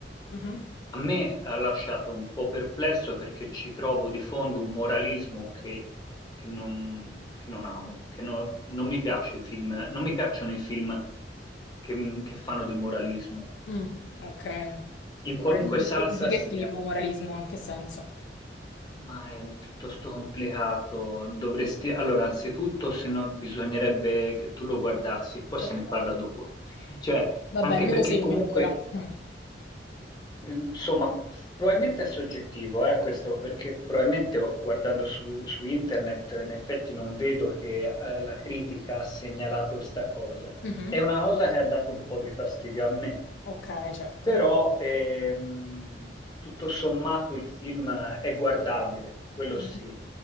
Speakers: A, on the left; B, on the left.
A: Mhm.
B: A me ha lasciato un po' perplesso perché ci trovo di fondo un moralismo che, che non, che non amo, che no- non mi piace i film, non mi piacciono i film che che fanno del moralismo
A: Mm. Ok.
B: in qualunque
A: Moralismo
B: salsa
A: di che, di che
B: sia,
A: tipo? Moralismo, in che senso?
B: ma è piuttosto complicato. Dovresti, allora, anzitutto, se no, bisognerebbe che tu lo guardassi e poi
A: Ok.
B: se ne parla dopo. <laughs> Cioè,
A: Va
B: anche
A: bene, me
B: perché
A: lo segno
B: comunque,
A: allora. Mh.
B: eh, insomma, probabilmente è soggettivo, eh, questo, perché probabilmente oh, guardando su, su internet, eh, in effetti non vedo che eh, la critica ha segnalato questa cosa.
A: Mh-mh.
B: È una cosa che ha dato un po' di fastidio a me.
A: Okay, certo.
B: Però ehm, tutto sommato il film è guardabile, quello
A: Mh-mh.
B: sì.